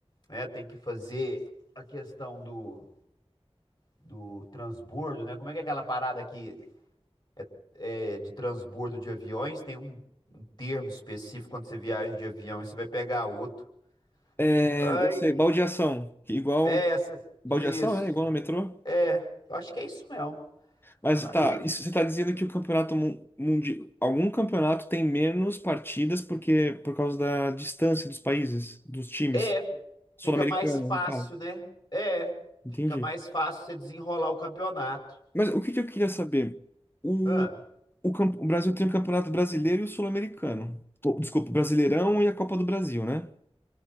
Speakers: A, on the left; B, on the left.
A: né, tem que fazer a questão do, do transbordo, né? Como é que é aquela parada que é, de transbordo de aviões? Tem um, um termo específico quando você viaja de avião e você vai pegar outro.
B: É,
A: Aí,
B: eu sei, baldeação. Igual
A: é essa,
B: Baldeação,
A: isso.
B: é igual no metrô.
A: É, eu acho que é isso mesmo.
B: Mas
A: Aí
B: tá, isso, você está dizendo que o campeonato mundial, algum campeonato tem menos partidas porque por causa da distância dos países, dos times.
A: É,
B: Sul-americano,
A: fica mais fácil,
B: no caso.
A: né? É,
B: Entendi.
A: fica mais fácil você desenrolar o campeonato.
B: Mas o que que eu queria saber? O,
A: Ah,
B: o, camp- o Brasil tem o Campeonato Brasileiro e o Sul-Americano. Pô, Desculpa, o Brasileirão e a Copa do Brasil, né?